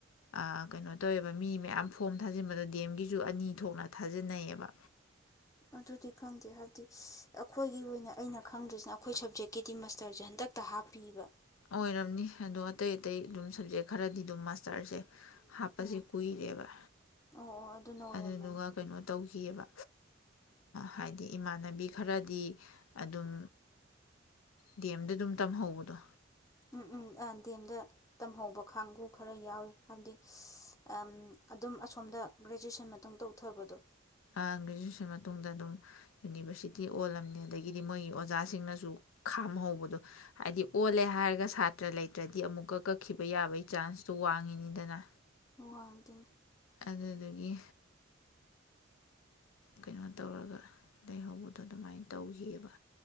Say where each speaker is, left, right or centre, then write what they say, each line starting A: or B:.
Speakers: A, on the left; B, on the left.
A: ꯑ ꯀꯩꯅꯣ ꯇꯧꯋꯦꯕ ꯃꯤ ꯃꯌꯥꯝ ꯐꯣꯝ ꯊꯥꯖꯤꯟꯕꯗ ꯗꯤ ꯑꯦꯝꯒꯤꯁꯨ ꯑꯅꯤ ꯊꯣꯛꯅ ꯊꯥꯖꯤꯟꯅꯩꯌꯦꯕ
B: ꯑꯗꯨꯗꯤ ꯈꯪꯗꯦ ꯍꯥꯏꯕꯗꯤ ꯑꯩꯈꯣꯏꯒꯤ ꯑꯣꯏꯅ ꯑꯩꯅ ꯈꯪꯗ꯭ꯔꯤꯁꯤꯅ ꯑꯩꯈꯣꯏ ꯁꯞꯖꯦꯛꯀꯤꯗꯤ ꯃꯥꯁꯇꯔꯁꯦ ꯍꯟꯗꯛꯇ ꯍꯥꯞꯄꯤꯕ
A: ꯑꯣꯏꯔꯝꯅꯤ ꯑꯗꯣ ꯑꯇꯩ ꯑꯇꯩ ꯑꯗꯨꯝ ꯁꯕꯖꯦꯛ ꯈꯔꯗꯤ ꯑꯗꯨꯝ ꯃꯥꯁꯇꯔꯁꯦ ꯍꯥꯞꯄꯁꯦ
B: ꯎꯝ
A: ꯀꯨꯏꯔꯦꯕ
B: ꯑꯣ ꯑꯣ ꯑꯗꯨꯅ ꯑꯣꯏꯔꯝꯃꯅꯤ
A: ꯑꯗꯨꯗꯨꯒ ꯀꯩꯅꯣ ꯇꯧꯈꯤꯌꯦꯕ ꯍꯥꯏꯗꯤ ꯏꯃꯥꯟꯅꯕꯤ ꯈꯔꯗꯤ ꯑꯗꯨꯝ ꯗꯤ ꯑꯦꯝꯗ ꯑꯗꯨꯝ ꯇꯝꯍꯧꯕꯗꯣ
B: ꯎꯝ ꯎꯝ ꯑ ꯗꯤ ꯑꯦꯝꯗ ꯇꯝꯍꯧꯕ ꯀꯥꯡꯕꯨ ꯈꯔ ꯌꯥꯎꯔꯤ ꯍꯥꯏꯗꯤ ꯑꯝ ꯑꯗꯨꯝ ꯑꯁꯣꯝꯗ ꯒ꯭ꯔꯦꯖꯨꯑꯦꯁꯟ ꯃꯇꯨꯡ ꯇꯧꯊꯕꯗꯣ
A: ꯑꯥ ꯒ꯭ꯔꯦꯖꯨꯋꯦꯁꯟ ꯃꯇꯨꯡꯗ ꯑꯗꯨꯝ ꯌꯨꯅꯤꯚꯔꯁꯤꯇꯤ ꯑꯣꯜꯂꯝꯅꯦ ꯑꯗꯒꯤꯗꯤ ꯃꯣꯏꯒꯤ ꯑꯣꯖꯥꯁꯤꯡꯅꯁꯨ ꯈꯥꯝꯍꯧꯕꯗꯣ ꯍꯥꯏꯗꯤ ꯑꯣꯜꯂꯦ ꯍꯥꯏꯔꯒ ꯁꯥ ꯇ꯭ꯔ ꯂꯩꯇ꯭ꯔꯗꯤ ꯑꯃꯨꯛꯀ ꯀꯛꯈꯤꯕ ꯌꯥꯕꯒꯤ ꯆꯥꯟꯁꯇꯣ ꯋꯥꯡꯉꯤꯅꯤꯗꯅ
B: ꯋꯥꯡꯗꯤꯅꯤ
A: ꯑꯗꯨꯗꯒꯤ ꯀꯩꯅꯣ ꯇꯧꯔꯒ ꯂꯩꯍꯧꯕꯗꯣ ꯑꯗꯨꯃꯥꯏꯅ ꯇꯧꯈꯤꯌꯦꯕ